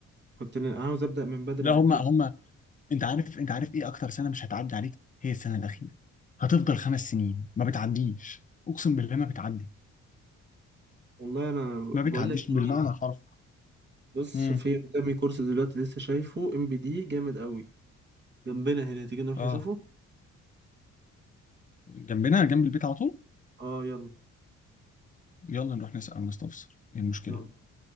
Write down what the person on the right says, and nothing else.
كنت عاوز أبدأ من بدري
عن
كده
والله أنا
بقول لك إيه
بص
في قدامي كورس دلوقتي لسه شايفه ام بي دي جامد قوي جنبنا هنا تيجي نروح
نشوفه
اه يلا
يلا